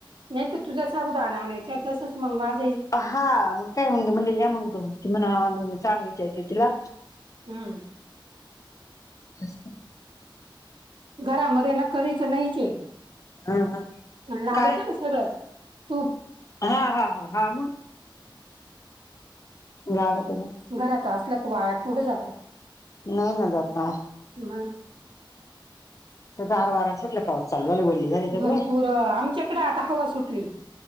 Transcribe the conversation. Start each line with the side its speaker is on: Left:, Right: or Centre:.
Right: नाही तर तुझ्या साबुदाणा आणायच तसच मग माझ.
Left: हा मग काय म्हणल या मग तो ती म्हण सांग विचारते तिला
Right: हम्म.
Left: जास्त
Right: घरामध्ये न कधीच नाहीचे
Left: हा हा
Right: लागत
Left: काय
Right: ना सगळंच. <unintelligible>
Left: हा हा हा हा मग लागत.
Right: घरात असल्या का वाया कुठं जातं.
Left: नाही ना जाता
Right: हम.
Left: तर गार वारा सुटल पाऊस चालू झाला वल्ली झाली सगळे
Right: भरपूर आमच्याकड आता हवा सुटली.